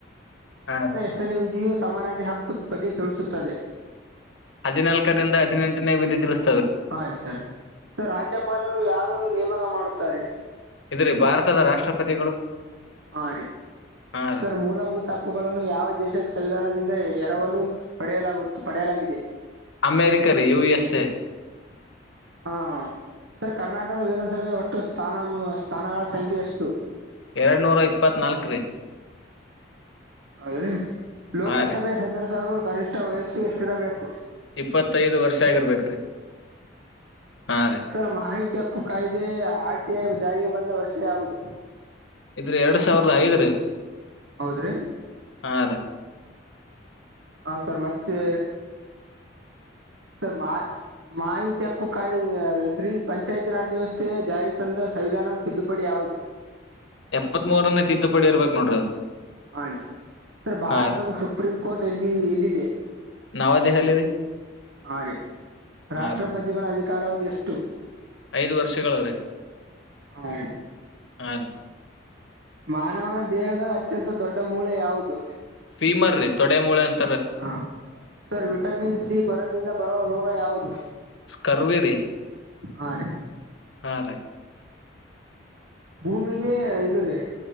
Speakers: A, on the left; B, on the right.
A: ಹಾ
B: ಪಟ್ಟನೆ ವಿಧಿಯು ಸಮಾನತೆ ಹಕ್ಕು ಬಗ್ಗೆ ತಿಳಿಸುತ್ತದೆ
A: ಹದಿನಾಲ್ಕರಿಂದ ಹದಿನೆಂಟನೇ ವಿದ್ಯ ತಿಳಿಸ
B: ಹಾ ರೀ ಸರ್ ಸರ್ ರಾಜ್ಯಪಾಲರು ಯಾರು ನೇಮಕ ಮಾಡುತ್ತಾರೆ
A: ಇದ್ರ ಭಾರತದ ರಾಷ್ಟ್ರಪತಿಗಳು
B: ಹಾ ರೀ
A: ಹಾ ರೀ
B: ಸರ್ ಮೂಲಭೂತ ಹಕ್ಕುಗಳನ್ನು ಯಾವ ದೇಶದ ಸಂವಿಧಾನದಿಂದ ಎರವಲು ಪಡೆಯಲಾಗುತ್ತ ಪಡೆಯಲಾಗಿದೆ
A: ಅಮೇರಿಕ ರೀ ಯು ಎಸ್ ಎ
B: <inaudible> ಹಾ ಹಾ ಸರ್ ಕರ್ನಾಟಕದ ವಿಿನಾನಸಭೆ ಒಟ್ಟು ಸ್ಥಾನ ಸ್ಥಾನಗಳ ಸಂಖ್ಯೆ ಎಷ್ಟು
A: ಎರಡು ನೂರ ಇಪ್ಪತ್ನಾಲ್ಕು ರೀ
B: ಅದ್ರ ಲೋಕಸಭೆ
A: ಹಾ ರೀ
B: ಸದಸ್ಯರ ಕನಿಷ್ಠ ವಯಸ್ಸು ಎಷ್ಟಿರಬೇಕು
A: ಇಪ್ಪತ್ತೈದು ವರ್ಷ ಆಗಿರ್ಬೇಕ ರೀ ಹಾ ರೀ
B: ಅರ ಮಾಹಿತಿ ಹಕ್ಕು ಕಾಯ್ದೆ ಆರ್ ಟಿಐ ಜಾರಿಗೆ ಬಂದ ವರ್ಷ ಯಾವುದು
A: ಇದ್ರ ಎರಡ್ ಸಾವಿರದ ಐದ್
B: ಹೌದ್ರಿ
A: ಹ ರೀ
B: ಹಾ ಸರ್ ಮತ್ತೆ.. ಸರ್ ಮಾ ಮಾಹಿತಿ ಹಕ್ಕು ಕಾಯ್ದೆ ಐತ್ರಿ ಪಂಚಾಯತ್ ರಾಜ್ ವ್ಯವಸ್ಥೆ ಜಾರಿ ತಂದ ಸಂವಿಧಾನದ ತಿದ್ದುಪಡಿ ಯಾವುದು
A: ಎಪ್ಪತ್ ಮೂರನೇ ತಿದ್ದುಪಡಿ ಇರ್ಬೇಕು ನೋಡ್ರಿ
B: ಹಿ ಸರ್ ಸರ್ ಭಾರತದ
A: ಹಾ ರೀ
B: ಸುಪ್ರೀಂ ಕೋರ್ಟ್ ಎಲ್ಲಿ ಎಲ್ಲಿದೆ
A: ನವದೆಹಲಿ ರೀ
B: ಆ ರೀ ರಾಷ್ಟ್ರಪತಿಗಳ
A: ಹಾ ರೀ
B: ಅಧಿಕಾರವುದು ಎಷ್ಟು
A: ಐದು ವರ್ಷಗಳು ರೀ
B: ಹಾ ರೀ
A: ಹಾಂ ರೀ
B: ಮಾನವನ ದೇಹದ ಅತ್ಯಂತ ದೊಡ್ಡ ಮೂಳೆ ಯಾವುದು
A: ಫೀಮರ್ ರೀ ತೊಡೆ ಮೂಳೆಂತ
B: ಹ ಸರ್ ವಿಟಮಿನ್ ಸಿ ಕೊರತಿಂದ ಬರುವ ರೋಗ ಯಾವುದು
A: ಕರ್ವಿರಿ
B: ಹಾ ರೀ
A: ಹಾಂ ರೀ
B: ಭೂಮಿಗೆ ಇದು ರೀ